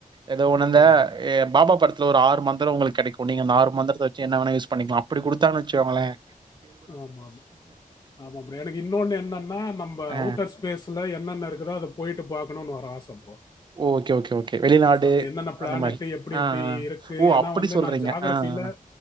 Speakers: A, on the right; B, on the left.
A: ஏதோ ஒன்னு
B: ஆமா ஆமா ஆமா ஆமா
A: இந்த
B: ப்ரோ.
A: ஏ பாபா படத்துல ஒரு ஆறு மந்திர உங்களுக்கு கிடைக்கு நீங்க அந்த ஆறு மந்திரத்த வச்சு என்ன வேணா யூஸ் பண்ணிக்கலா அப்படி குடுத்தாங்க வச்சுக்காங்களேன்
B: ஆமா ஆமா ஆமா ப்ரோ எனக்கு இன்னொன்னு என்னன்னா நம்ம
A: அ
B: அவுட்டர் ஸ்பேஸ்ல என்னென்ன இருக்குதோ அத போயிட்டு பாக் அன்னனு ஒரு ஆச ப்ரோ
A: ஓகே ஓகே ஓகே வெளிநாடு
B: அந்த என்னென்ன பிளானட்
A: அந்த மாரி.
B: எப்படி
A: ஆ,
B: எப்படி
A: ஆ.
B: இருக்கு
A: ஓ!
B: ஏன்னா
A: அப்படி
B: வந்து
A: சொல்றீங்க.
B: நான் ஜாகிரபில்
A: ஆ, ஆ.